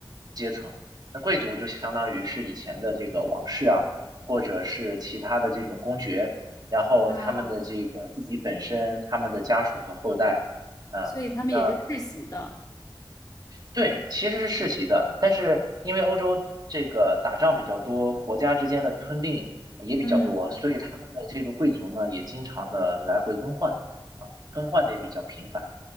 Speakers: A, on the right (about 50°); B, on the left (about 40°).
A: 阶层。那贵族就相当于是以前的这个王室啊，或者是其他的这种公爵，然后他们的这个自己本身、
B: 啊，
A: 他们的家属和后代，啊。
B: 所以他们也是世袭的。
A: 那对，其实是世袭的，但是因为欧洲这个打仗比较多，国家之间的吞并也比较多，
B: 嗯，
A: 所以他们的这个贵族呢也经常的来回更换啊，更换的也比较频繁。